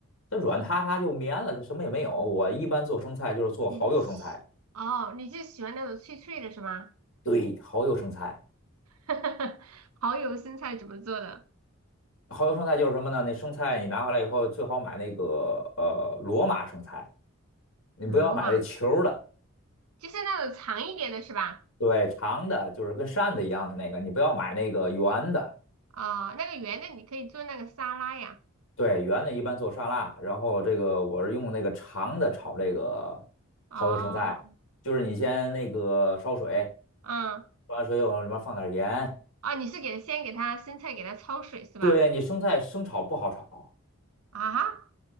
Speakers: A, on the left; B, on the right.
A: 它软塌塌就绵了，它什么也没有。我一般做生菜就是做蚝油生菜，
B: 你喜哦，你就喜欢那种脆脆的是吗？
A: 对，蚝油生菜，
B: <laughs> 蚝油生菜怎么做的？
A: 蚝油生菜就是什么呢？那生菜你拿回来以后最好买那个呃罗马生菜，你不要买那球儿的。
B: 罗马就是那种长一点的是吧？
A: 对，长的就是跟扇子一样的那个，你不要买那个圆的。
B: 哦，那个圆的你可以做那个沙拉呀。
A: 对，圆的一般做沙拉，然后这个我是用那个长的炒这个蚝油生菜，
B: 哦，
A: 就是你先那个烧水，
B: 嗯，
A: 烧完水往里面放点盐。
B: 哦，你是给先给它生菜给它焯水是吧？
A: 对，你生菜生炒不好炒，
B: 啊哈